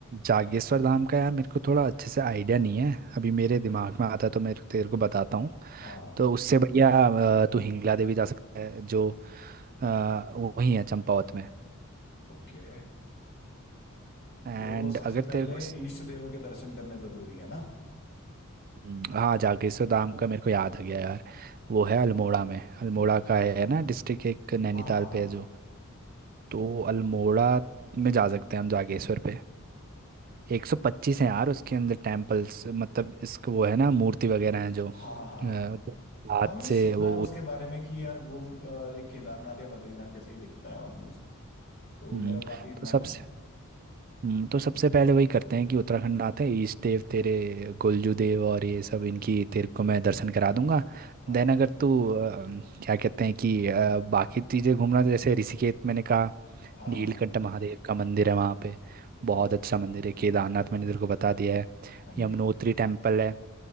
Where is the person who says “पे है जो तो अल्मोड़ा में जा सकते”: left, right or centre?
Right